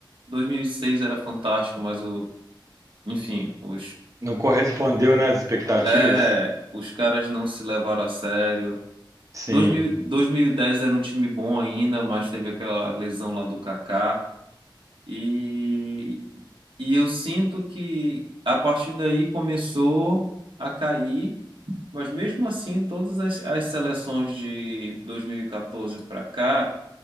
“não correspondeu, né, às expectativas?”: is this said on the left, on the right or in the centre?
Right